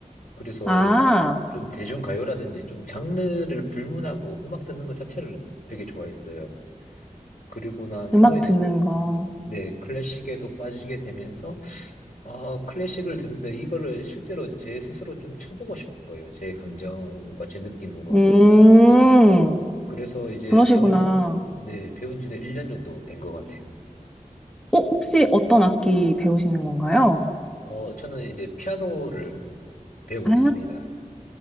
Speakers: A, on the left; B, in the centre.
A: 그래서
B: 아,
A: 좀 대중가요라든지 좀 장르를 불문하고 음악 듣는 것 자체를 되게 좋아했어요. 그리고 나서
B: 음악
A: 이제,
B: 듣는 거.
A: 네, 클래식에도 빠지게 되면서, 아, 클래식을 듣는데 이거를 실제로 제 스스로 좀 쳐보고 싶은 거예요. 제 감정과 제 느낌으로.
B: 음,
A: 그래서 이제
B: 그러시구나.
A: 배운, 네, 배운 지는 1년 정도 된 것 같아요.
B: 어, 혹시 어떤 악기 배우시는 건가요?
A: 어, 저는 이제 피아노를 배우고
B: 아,
A: 있습니다.